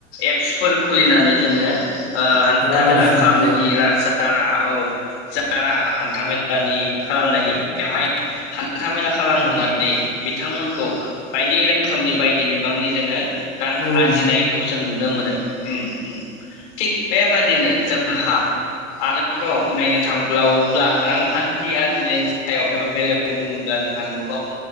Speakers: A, on the left; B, on the left.
A: एप्सफोर खुलिनानै जोङो ओ हान्था
B: रां
A: मेला
B: आरजिनायखौ
A: खालामनायनि राह जा राहा औ जा राहा हान्थामेलानि खालामनायनि बेवहाय हान्थामेला खालामहोनानै बिथांमोनखौ बायदि रोखोमनि बायदि बिबांनि जोङो रां
B: औ
A: आरजिनायखौ
B: नोंथां
A: जों नुनो मोनो ओ ओम थिग बेबादिनो जोंहा आरोबाव नायनो थां ब्लावब्ला रांखान थि आरजिनायनि सायाव एबा बेलगायाव बुङोब्ला जोंहा नुबावो।